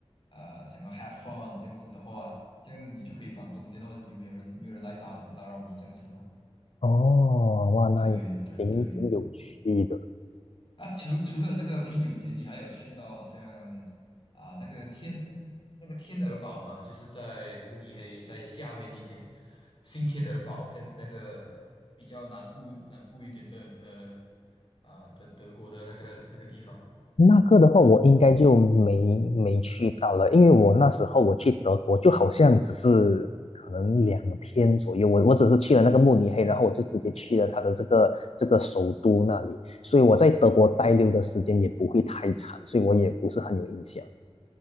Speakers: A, on the left (about 50°); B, on the left (about 70°).
A: 啊、想要 have fun 这样子的话，这样你就可以绑中间的话，你就没有人没有人来打打扰你这样子咯。
B: 哦，哇，那也挺挺有趣的。
A: 对对对。啊，除除了这个啤酒节，你还有去到好像啊那个天那个天鹅堡吗？就是在慕尼黑在下面一点，新天鹅堡在那个比较南部南部一点的呃啊的德国的那个那个地方。
B: 那个的话，我应该就没没去到了，因为我那时候我去德国，就好像只是可能两天左右，我我只是去了那个慕尼黑，然后我就直接去了他的这个这个首都那里，所以我在德国待留的时间也不会太长，所以我也不是很有印象。